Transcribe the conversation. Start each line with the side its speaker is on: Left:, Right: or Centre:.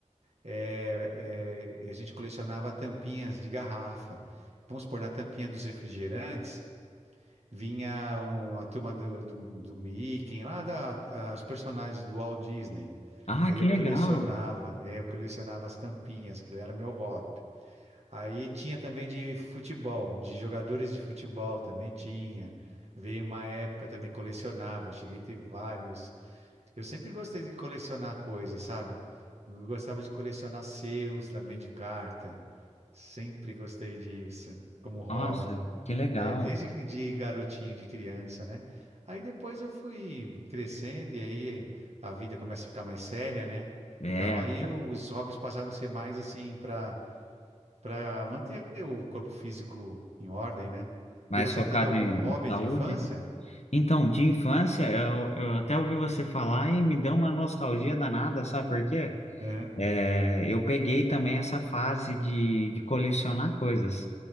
Right: é, é, a gente colecionava tampinhas de garrafa. Vamos supor, na tampinha dos refrigerantes, vinha um, a turma do, do, do Mickey, lá da, a- os personagens do Walt Disney.
Left: Ah,
Right: Aí
Left: que
Right: eu
Left: legal!
Right: colecionava, aí eu colecionava as tampinhas, aquilo era meu hobby. Aí tinha também de futebol, de jogadores de futebol também tinha. Veio uma época, eu também colecionava, cheguei a ter vários. Eu sempre gostei de colecionar coisas, sabe? Eu gostava de colecionar selos também de carta. Sempre gostei disso, como hobby.
Left: Nossa, que legal!
Right: É, desde que- de garotinho, de criança, né? Aí depois eu fui crescendo e aí a vida começa a ficar mais séria, né?
Left: É,
Right: Então aí os hobbies passaram a ser mais assim para para manter o corpo físico em ordem, né?
Left: mais
Right: E você
Left: focado
Right: teve algum
Left: em,
Right: hobby
Left: em saúde,
Right: de infância?
Left: né? Então, de infância, eu, eu até ouvi você falar e me deu uma nostalgia danada, sabe por quê?
Right: Aham.
Left: É, eu peguei também essa fase de, de colecionar coisas.